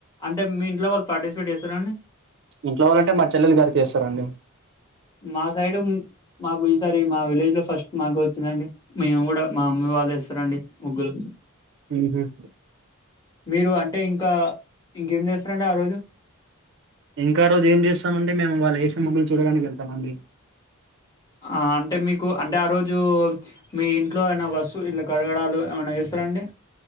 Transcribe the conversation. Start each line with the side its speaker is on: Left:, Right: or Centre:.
Left: అంటే మీ ఇంట్లో వాళ్ళు పార్టిసిపేట్ చేస్తారండి
Right: ఇంట్లో వాళ్ళంటే మా చెల్లెలు గారికి చేస్తారండి
Left: మా సైడు మాకు ఈసారి మా విలేజ్ లో ఫస్ట్ మాకు వచ్చిందండి మేము కూడా మా మమ్మీ వాళ్ళు వేస్తారండి ముగ్గులు
Right: ఎంజాయ్ డు
Left: మీరు అంటే ఇంకా ఇంకేం చేస్తారండి ఆ రోజు
Right: ఇంకా ఆ రోజు ఏం చేస్తామండి మేము వాళ్ళు వేసే ముగ్గులు చూడడానికి వెళ్తామండి
Left: అంటే మీకు అంటే ఆ రోజు మీ ఇంట్లో ఏనా వస్తువులు ఇలా కడగడాలు ఏమైనా చేస్తారాండి